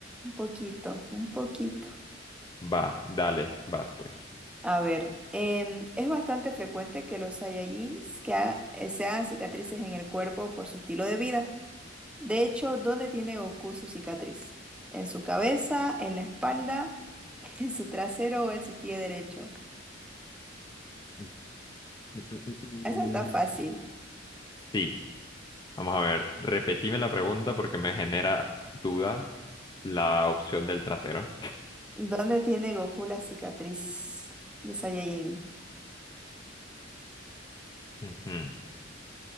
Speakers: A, in the centre; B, on the left (about 20°).
A: Un poquito, un poquito.
B: Va, dale, vas pues.
A: A ver, em, es bastante frecuente que los Saiyajins que ha- eh, se hagan cicatrices en el cuerpo por su estilo de vida. De hecho, ¿dónde tiene Goku su cicatriz? ¿En su cabeza, en la espalda, <laughs> en su trasero o en su pie derecho?
B: Mm, mm, mm, mm, mm.
A: Esa está fácil.
B: Sí. Vamos a ver, repetime la pregunta porque me genera duda la opción del trasero.
A: ¿Dónde tiene Goku la cicatriz de Saiyajin?
B: Ujú.